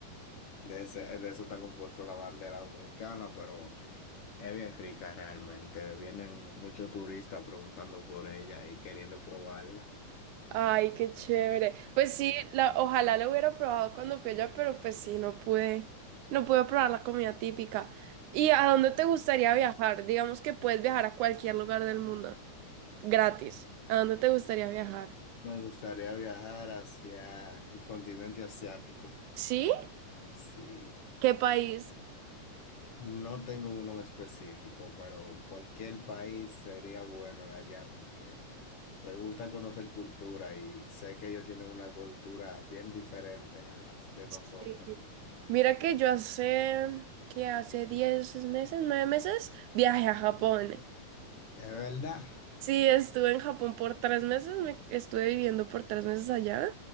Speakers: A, on the left (about 60°); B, on the right (about 80°).
A: De ese, de eso está compuesto la bandera dominicana, pero es bien rica realmente. Vienen muchos turistas preguntando por ella y queriendo probarla.
B: Ay, qué chévere. Pues sí, la, ojalá lo hubiera probado cuando fui allá, pero pues sí, no pude, no pude probar la comida típica. ¿Y a dónde te gustaría viajar? Digamos que puedes viajar a cualquier lugar del mundo, gratis. ¿A dónde te gustaría viajar?
A: Me gustaría viajar hacia el continente asiático.
B: ¿Sí?
A: Sí.
B: ¿Qué país?
A: No tengo uno en específico, pero cualquier país sería bueno de allá porque me gusta conocer cultura y sé que ellos tienen una cultura bien diferente a las de nosotros.
B: Sí. Mira que yo hace, que hace 10 meses, 9 meses, viajé a Japón.
A: ¿De verdad?
B: Sí, estuve en Japón por tres meses, me estuve viviendo por tres meses allá.